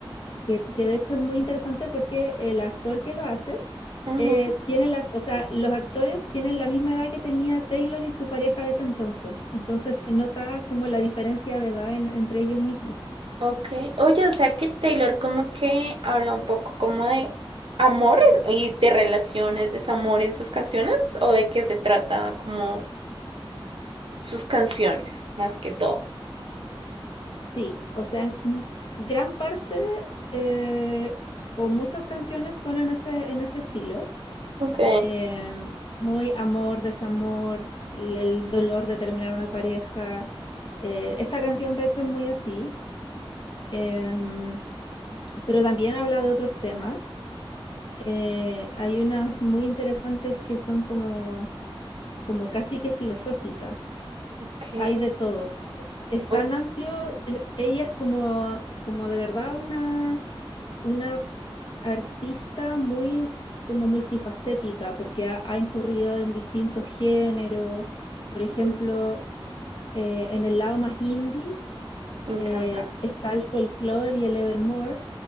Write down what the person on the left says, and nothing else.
que, que de hecho es muy interesante porque el actor que lo hace
eh, tiene la, o sea, los actores tienen la misma edad que tenía Taylor y su pareja de ese entonces. Entonces se nota como la diferencia de edad en- entre ellos mismos.
Sí, o sea, en- mm, gran parte eh, o muchas canciones son en ese, en ese estilo.
em, muy amor, desamor, l- el dolor de terminar una pareja. eh, esta canción de hecho es muy así. Em, Pero también habla de otros temas. Eh, hay unas muy interesantes que son como, como casi que filosóficas.
Hay de todo. Es tan
amplio. e- Ella es como, como de verdad una, una artista muy como multifacética, porque ha, ha incurrido en distintos géneros. Por ejemplo,
eh, en el lado más indie
eh, está el folclore y el evermore